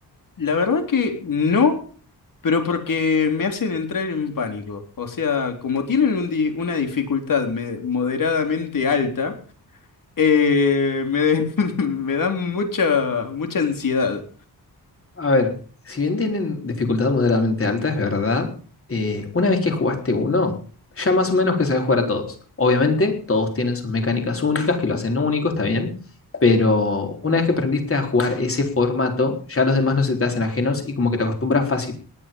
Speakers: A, on the left; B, on the left.
A: La verdad que no, pero porque me hacen entrar en pánico. O sea, como tienen un di- una dificultad me- moderadamente alta, eh, me, <laughs> me dan mucha, mucha ansiedad.
B: A ver, si bien tienen dificultad moderadamente alta, es verdad, eh, una vez que jugaste uno, ya más o menos que sabes jugar a todos. Obviamente, todos tienen sus mecánicas únicas que lo hacen único, está bien, pero una vez que aprendiste a jugar ese formato, ya los demás no se te hacen ajenos y como que te acostumbras fácil.